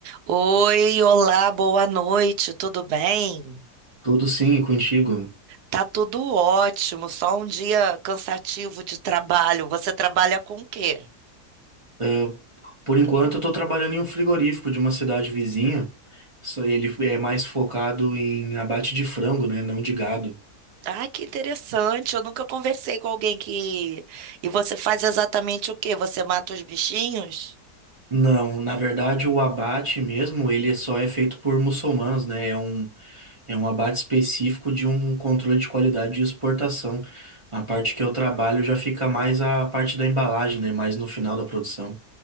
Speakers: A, on the right; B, on the right.
A: Oi, olá, boa noite, tudo bem?
B: Tudo sim, e contigo.
A: Tá tudo ótimo, só um dia cansativo de trabalho. Você trabalha com o quê?
B: Ah, por enquanto, eu estou trabalhando em um frigorífico de uma cidade vizinha. Só Ele é mais focado em abate de frango, né? Não de gado.
A: Ai, que interessante, eu nunca conversei com alguém que. E você faz exatamente o quê? Você mata os bichinhos?
B: Não, na verdade, o abate mesmo, ele só é feito por muçulmanos, né? É um, é um abate específico de um controle de qualidade de exportação. A parte que eu trabalho já fica mais a parte da embalagem, né? Mais no final da produção.